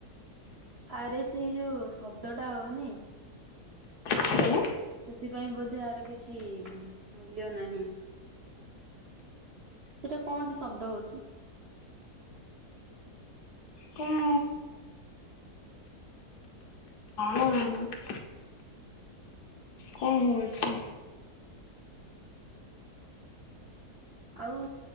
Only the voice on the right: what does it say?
ଆରେ ସେଇ ଯୋଉ ଶବ୍ଦଟା ହଉନି?
ସେଥିପାଇଁ ବୋଧେ ଆର କିଛି ମୂଲ୍ୟ ନାହିଁ। ସେଟା କଣ ଟା ଶବ୍ଦ ହଉଛି
ଆଉ